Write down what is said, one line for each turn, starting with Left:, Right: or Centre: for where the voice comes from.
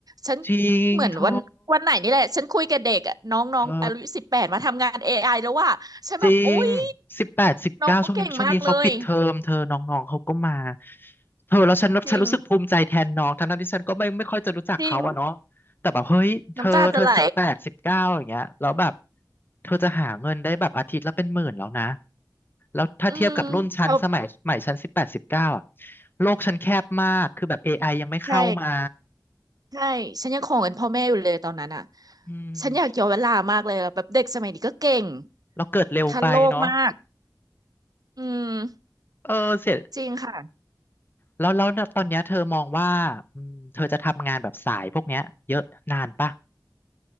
Right: ฉัน
Left: จริงโท
Right: เหมือนวันวันไหนนี่แหละฉันคุยกับเด็กอะน้องน้องอายุสิบแปดมาทำงาน
Left: เออ
Right: AI แล้วว่าฉันแบบโอ๊ย
Left: จริงสิบแปดสิบเก้าช่วงนี้ช่วงนี้เขาปิดเทอมเธอน้องๆเขาก็มา
Right: น้องเก่งมากเลย
Left: เธอแล้วฉันฉันรู้สึกภูมิใจแทนน้องทั้งๆที่ฉันก็ไม่ไม่ค่อยจะรู้จักเขาอะเนาะ
Right: จริงจริง
Left: แต่แบบเฮ้ยเธอเธอสิบแปดสิบเก้าอย่างเงี้ยแล้วแบบ
Right: น้ำตาจะไหล
Left: เธอจะหาเงินได้แบบอาทิตย์ละเป็นหมื่นแล้วนะแล้วถ้าเทียบกับรุ่นฉันสมัยสมัยฉันสิบแปดสิบเก้าอะ
Right: อืมเอา
Left: โลกฉันแคบมากคือแบบ AI ยังไม่เข้ามา
Right: ใช่ใช่ฉันยังของเงินพ่อแม่อยู่เลยตอนนั้นอ่ะ
Left: อืม
Right: ฉันอยากย้อนเวลามากเลยอะแบบเด็กสมัยนี้ก็เก่ง
Left: เราเกิดเร็วไปเนาะ
Right: ทันโลกมากอืม
Left: เออเสีย
Right: จริงค่ะ
Left: แล้วแล้วตอนเนี้ยเธอมองว่าอืมเธอจะทำงานแบบสายพวกเนี้ยเยอะนานปะ